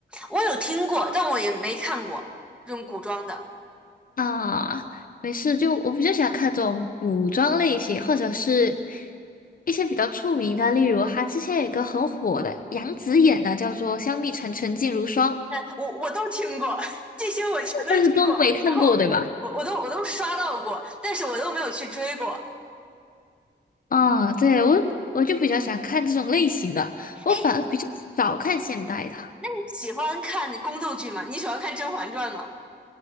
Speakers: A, in the centre; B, on the left.
A: 我有听过，但我也没看过这种古装的。
B: 啊，没事，就我比较喜欢看这种古装类型，或者是一些比较出名的，例如他之前有一个很火的杨紫演的，叫做《香蜜沉沉烬如霜》，
A: 但我我都听过，<laughs> 这些我全都听过，
B: 但是都没看过，
A: 然后我我都我都刷到过，
B: 对吧？
A: 但是我都没有去追过。
B: 啊，对，我我就比较喜欢看这种类型的，我反而比较少看现代的。
A: 哎，那你喜欢看宫斗剧吗？你喜欢看《甄嬛传》吗？